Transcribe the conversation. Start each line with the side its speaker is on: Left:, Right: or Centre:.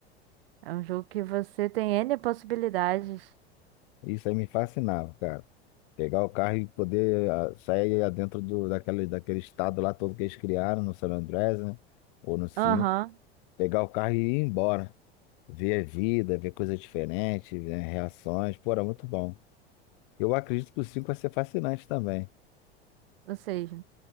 Right: É um jogo que você tem N possibilidades.
Left: Isso aí me fascinava, cara. Pegar o carro e poder ah, sair dentro do, daquele, daquele estado lá todo que eles criaram no San Andreas, né, ou no cinco.
Right: Aham,
Left: pegar o carro e ir embora. Ver a vida, ver coisas diferentes, ver reações. Pô, era muito bom. Eu acredito que o cinco vai ser fascinante também.
Right: ou seja,